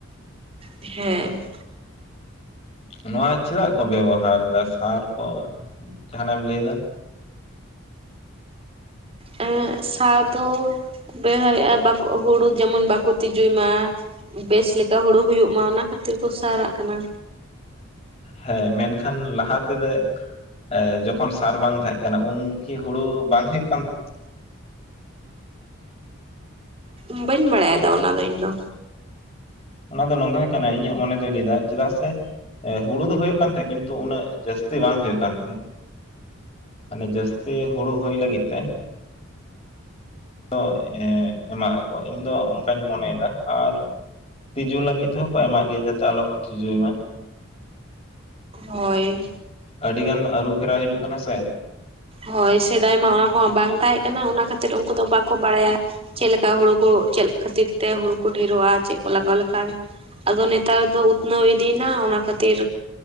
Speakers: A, on the right (about 25°); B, on the left (about 30°).
A: ᱦᱮᱸ
B: ᱱᱚᱣᱟ ᱪᱮᱫᱟᱜ ᱠᱚ ᱵᱮᱵᱚᱦᱟᱨ ᱫᱟ ᱥᱟᱨ ᱠᱚ ᱡᱟᱦᱱᱟᱼᱜ ᱮᱢ ᱞᱟᱹᱭ ᱫᱟ᱾
A: ᱮᱸᱜ ᱥᱟᱨ ᱫᱚ ᱵᱮᱣᱦᱟᱨᱮᱜᱼᱟ ᱵᱟᱠᱚ ᱦᱩᱲᱳ ᱡᱮᱢᱚᱱ ᱵᱟᱠᱚ ᱛᱤᱸᱤᱡᱩᱭ ᱢᱟ? ᱵᱮᱹᱥ ᱞᱮᱠᱟ ᱦᱩᱲᱩ ᱦᱩᱭᱩᱜ ᱢᱟ ᱚᱱᱟ ᱠᱷᱟᱹᱛᱤᱨ ᱠᱚ ᱥᱟᱨᱟᱜ ᱠᱟᱱᱟ᱾
B: ᱦᱮᱸ ᱢᱮᱱᱠᱷᱟᱱ ᱞᱟᱦᱟ ᱛᱮᱫᱚ! ᱮ ᱡᱚᱠᱷᱚᱱ ᱥᱟᱨ ᱵᱟᱝ ᱛᱟᱦᱮᱸᱫ ᱠᱟᱱᱟ ᱩᱱ ᱠᱤ ᱦᱩᱲᱩ ᱵᱟᱝ ᱦᱩᱭᱩᱼᱜ ᱠᱟᱱ ᱛᱟᱦᱮᱸ?
A: ᱟᱸ ᱵᱟᱹᱧ ᱵᱟᱲᱟᱭᱼᱟ ᱛᱚ ᱚᱱᱟᱫᱚ ᱤᱧ ᱫᱚ
B: ᱚᱱᱟ ᱫᱚ ᱱᱚᱝᱠᱟ ᱜᱮ ᱠᱟᱱᱟ ᱤᱧᱟᱹᱜ ᱢᱚᱱᱮ ᱫᱚᱭ ᱞᱟᱹᱭ ᱫᱟ ᱪᱮᱫᱟᱜ ᱥᱮ ᱦᱩᱲᱩ ᱫᱚ ᱦᱳᱭᱳᱜ ᱠᱟᱱ ᱛᱟᱦᱮᱸᱡ ᱠᱤᱱᱛᱩ ᱩᱱᱟᱹᱜ ᱡᱟᱹᱥᱛᱤ ᱵᱟᱝ ᱦᱩᱭᱩᱜ ᱠᱟᱱ ᱛᱟᱦᱮᱸᱫ᱾ ᱢᱟᱱᱮ ᱡᱟᱹᱥᱛᱤ ᱦᱩᱲᱩ ᱦᱩᱭ ᱞᱟᱹᱜᱤᱫ ᱛᱮ! ᱛᱚ ᱮᱸ ᱮᱢᱟᱜ ᱟᱠᱚ ᱤᱧ ᱫᱚ ᱚᱱᱠᱟᱧ ᱢᱚᱱᱮᱭᱮᱫᱼᱟ ᱟᱨ ᱛᱤᱡᱩ ᱞᱟᱹᱜᱤᱫ ᱛᱮ ᱦᱚᱸ ᱠᱚ ᱮᱢᱟᱜ ᱜᱮᱭᱟ, ᱡᱟᱛᱮ ᱟᱞᱚ ᱠᱚ ᱛᱤᱡᱩᱭ ᱢᱟ᱾
A: ᱦᱳᱭ
B: ᱟᱹᱰᱤ ᱜᱟᱱ ᱟᱹᱨᱩ ᱯᱷᱮᱨᱟᱣ ᱦᱤᱡᱩᱜ ᱠᱟᱱᱟ ᱥᱮ᱾
A: ᱦᱳᱭ ᱥᱮᱫᱟᱭ ᱢᱟ ᱚᱱᱟ ᱠᱚᱼᱦᱚᱸ ᱵᱟᱝ ᱛᱟᱦᱮᱸ ᱠᱟᱱᱟ ᱚᱱᱟ ᱠᱷᱟᱹᱛᱤᱨ ᱩᱱᱠᱩ ᱫᱚ ᱵᱟᱠᱚ ᱵᱟᱲᱟᱭᱼᱟ᱾ ᱪᱮᱫ ᱞᱮᱠᱟ ᱦᱳᱲᱳ ᱠᱚ ᱪᱮᱫ ᱠᱷᱟᱹᱛᱤᱨ ᱛᱮ ᱦᱳᱲᱳ ᱠᱚ ᱰᱷᱮᱨᱚᱜᱼᱟ ᱪᱮᱫ ᱠᱚ ᱞᱟᱜᱟᱣ ᱞᱮᱠᱷᱟᱱ᱾ ᱟᱫᱚ ᱱᱮᱛᱟᱨ ᱫᱚ ᱩᱛᱱᱟᱹᱣ ᱤᱫᱤᱭᱱᱟ ᱚᱱᱟ ᱠᱷᱟᱹᱛᱤᱨ